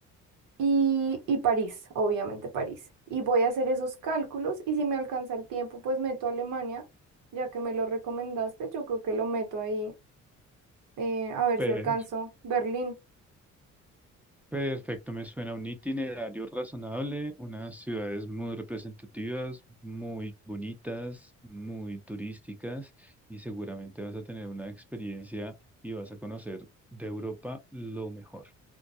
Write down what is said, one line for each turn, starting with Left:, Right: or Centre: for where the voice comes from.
Right: y, y París, obviamente París. Y voy a hacer esos cálculos y si me alcanza el tiempo, pues meto a Alemania, ya que me lo recomendaste, yo creo que lo meto ahí, eh, a ver
Centre: Perfecto.
Right: si alcanzo Berlín.
Centre: Perfecto, me suena un itinerario razonable, unas ciudades muy representativas, muy bonitas, muy turísticas y seguramente vas a tener una experiencia y vas a conocer de Europa lo mejor.